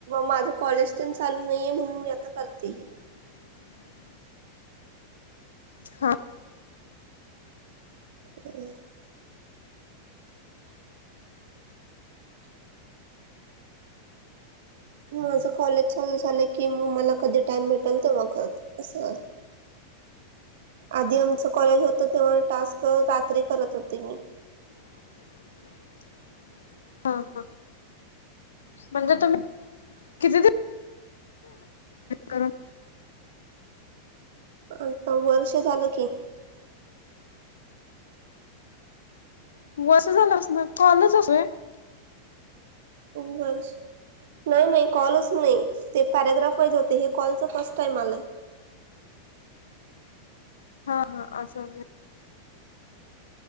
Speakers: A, on the right; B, on the left.
A: माझ कॉलेज तिनं चालू नाहीये म्हणून मी आता करते.
B: <inaudible> हा.
A: हम् माझं कॉलेज चालू झालं की मग मला कधी टाइम भेटेल तेव्हा करत असं आधी आमचं कॉलेज होत तेव्हा टास्क रात्री करत होते मी.
B: <inaudible> हा हा म्हणजे तुम्ही किती? कर
A: आता वर्ष झालं की
B: वसं झालंस ना कॉलच असतूय
A: उंगल नाही नाही कॉलच नाही ते पॅरग्राफईज होते हे कॉलच फर्स्ट टाइम आलाय
B: <inaudible> हा हा असं